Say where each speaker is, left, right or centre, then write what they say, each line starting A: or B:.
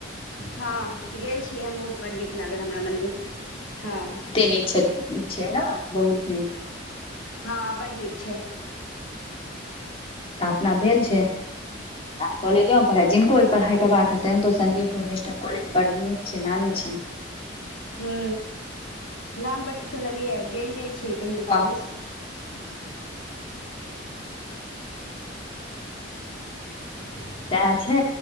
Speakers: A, on the left; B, on the left.
A: हँ, गेल छियै हमहुँ बड़ निक लागल हमरा मन्दिर हँ।
B: नहि छथिन। छै, ने बहुत निक।
A: हँ, बड़ निक छै।
B: त अपना भेल छै। कॉजो पढ़ै जिनको पढ़ाई करबाक हतै तो सदीपुर नेशनल कॉेज बड़ निक जे नानी छै।
A: ह, नाम बड़ सुनलियै गेल नहि छियै कहियो
B: आ
A: कॉलेज। <inaudible>
B: सएह छै,